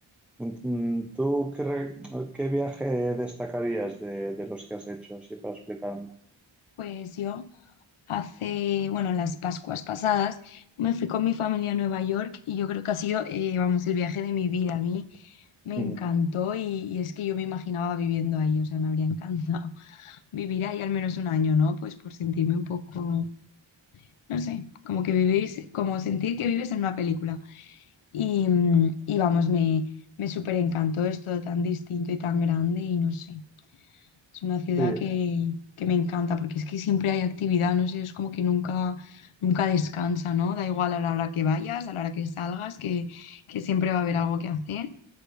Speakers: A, in the centre; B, on the left (about 85°).
A: Mm, ¿Tú qué, re- qué viaje destacarías de, de los que has hecho, así para explicarme?
B: pues yo hace, bueno, en las Pascuas pasadas me fui con mi familia a Nueva York y yo creo que ha sido, eh, vamos, el viaje de mi vida. A mí me
A: Ujú.
B: encantó y, y es que yo me imaginaba viviendo ahí, o sea, me habría encantado <laughs> vivir ahí al menos un año, ¿no? Pues por sentirme un poco, no sé, como que vivir, como sentir que vives en una película. Y, mm, y vamos, me, me súper encantó, es todo tan distinto y tan grande y no sé, es una ciudad
A: Sí,
B: que, que me encanta porque es que siempre hay actividad, no sé, es como que nunca, nunca descansa, ¿no? Da igual a la hora que vayas, a la hora que salgas, que, que siempre va a haber algo que hacer